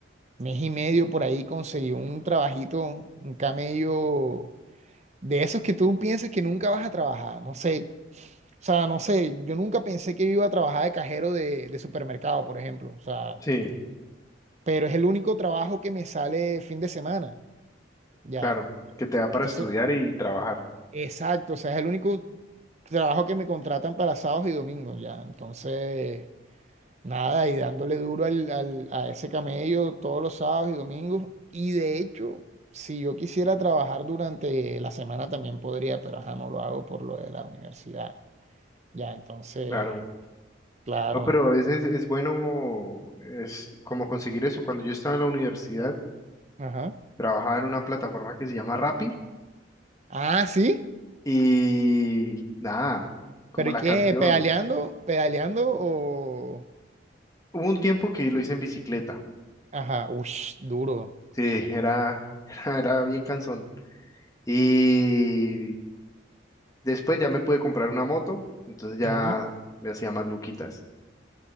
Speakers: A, on the right (about 35°); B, on the left (about 20°).
A: mes y medio por ahí conseguí un trabajito, un camello de esos que tú piensas que nunca vas a trabajar, no sé o sea, no sé, yo nunca pensé que iba a trabajar de cajero de, de supermercado, por ejemplo. O sea,
B: Sí,
A: pero es el único trabajo que me sale fin de semana, ya.
B: claro, que te da para
A: Entonces,
B: estudiar y trabajar.
A: exacto, o sea, es el único trabajo que me contratan para sábados y domingos, ya. Entonces, nada, y dándole duro al, al- a ese camello todos los sábados y domingos. Y de hecho, si yo quisiera trabajar durante la semana también podría, pero ajá, no lo hago por lo de la universidad. Ya, entonces,
B: Claro.
A: claro.
B: No, pero a veces es bueno, es como conseguir eso. Cuando yo estaba en la universidad,
A: Ajá.
B: trabajaba en una plataforma que se llama Rappi.
A: Ah, sí.
B: Y nada, como
A: ¿Pero
B: la
A: y qué?
B: canción.
A: ¿Pedaleando? ¿Pedaleando o...?
B: Hubo un tiempo que lo hice en bicicleta.
A: Ajá, ush, duro.
B: Sí, era, <laughs> era, era bien cansón. Y después ya me pude comprar una moto, entonces ya
A: Ujú.
B: me hacía más luquitas.